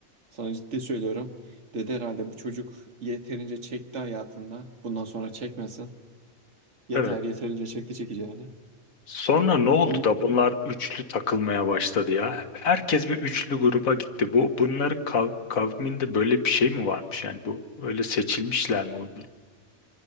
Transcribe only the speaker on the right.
Sana ciddi söylüyorum. Dedi herhalde bu çocuk yeterince çekti hayatında. Bundan sonra çekmesin. Yeter
yeterince çekti çekeceğini.
On